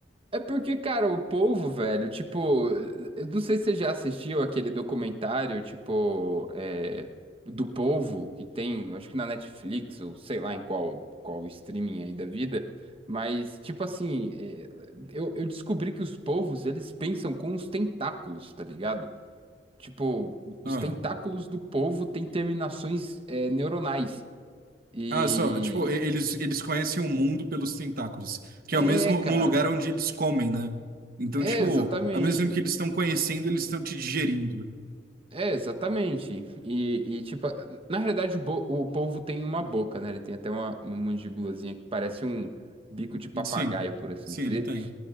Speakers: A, on the right (about 30°); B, on the right (about 55°).
A: É porque, cara, o povo, velho, tipo, eu não sei se você já assistiu aquele documentário, tipo, é, do povo, que tem, acho que na Netflix, ou sei lá em qual, qual streaming aí da vida, mas, tipo assim, é, eu, eu descobri que os povos, eles pensam com os tentáculos, tá ligado? Tipo, os
B: Ah.
A: tentáculos do povo têm terminações, é, neuronais. E.
B: Ah, só, tipo, e- eles, eles conhecem o mundo pelos tentáculos, que
A: É,
B: é o mesmo
A: cara.
B: um lugar onde eles comem, né? Então,
A: É,
B: tipo,
A: exatamente.
B: ao mesmo tempo que eles estão conhecendo, eles estão te digerindo.
A: É, exatamente. E, e, tipo, na realidade o, bo- o polvo tem uma boca, né? Ele tem até uma, uma mandíbulazinha que parece um bico de papagaio,
B: Sim,
A: por assim
B: sim,
A: dizer.
B: ele tem.